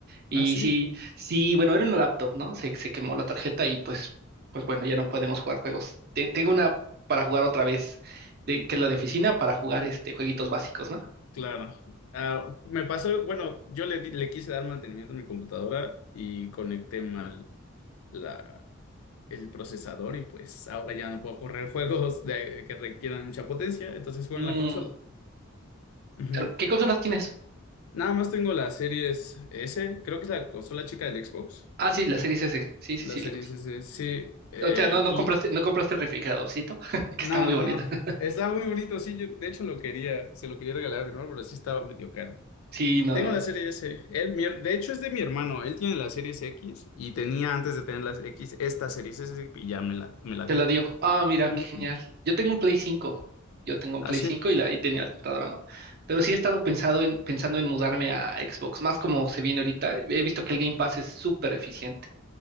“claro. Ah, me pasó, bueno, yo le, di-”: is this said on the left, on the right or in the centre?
Left